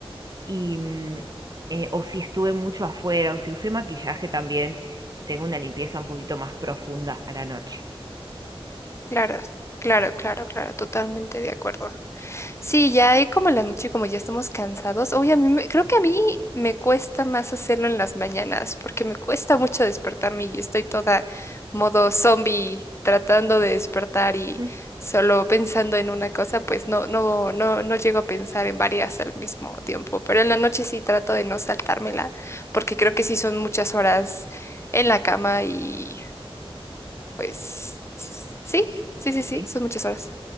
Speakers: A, on the right (about 40°); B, on the left (about 25°).
A: Y, mm, eh, o si estuve mucho afuera o si usé maquillaje también, tengo una limpieza un poquito más profunda a la noche.
B: Claro, claro, claro, claro, totalmente de acuerdo. Sí, ya ahí como en la noche, como ya estamos cansados. Oye, a mí me- creo que a mí me cuesta más hacerlo en las mañanas, porque me cuesta mucho despertarme y estoy toda modo zombie tratando de despertar y
A: Mm.
B: solo pensando en una cosa, pues no, no, no, no llego a pensar en varias al mismo tiempo. Pero en la noche sí trato de no saltármela, porque creo que sí son muchas horas en la cama y pues sí, sí, sí, sí,
A: Sí,
B: son muchas horas.